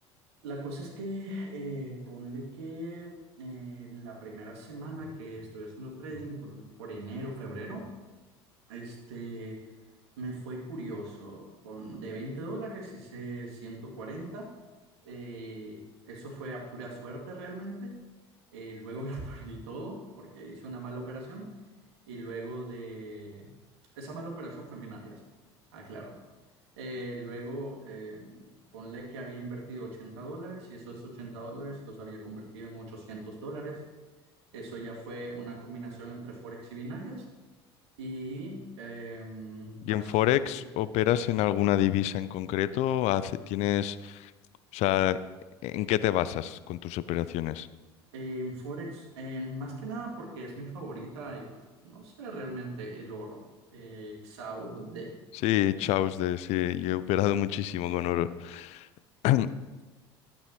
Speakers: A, on the right (about 70°); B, on the left (about 50°).
A: La cosa es que eh, ponle que eh, en la primera semana que estuve haciendo trading, ponle por enero, febrero, este, me fue curioso. Pon- De 20 dólares hice 140. eh, eso fue a pura suerte realmente. eh, luego lo <laughs> perdí todo porque hice una mala operación. Y luego de... Esa mala operación fue en binarias. Aclaro. Eh, luego, eh, ponle que había invertido 80 dólares y esos 80 dólares los había convertido en 800 dólares. Eso ya fue una combinación entre Forex y binarias. Y em,
B: ¿Y
A: pasó
B: en Forex
A: que
B: operas en alguna divisa en concreto? Hace- ¿Tienes, o sea, en qué te basas con tus operaciones?
A: en Forex, en, más que nada porque es mi favorita y pues no sé realmente el oro, eh, XAUD.
B: Sí, chaos de, sí, yo he operado muchísimo con oro. <clears throat>